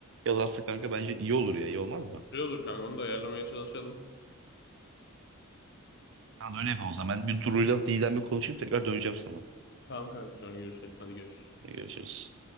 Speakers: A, on the right; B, on the left.
A: yazarsa kanka bence iyi olur ya iyi olmaz mı?
B: Güzel olur kanka. Onu da ayarlamaya çalışalım.
A: Tamam öyle yapalım o zaman. Ben bir Duru'yla Didem'le konuşup tekrar döneceğim sana.
B: Tamam kanka sonra görüşelim. Hadi görüşürüz.
A: Görüşürüz.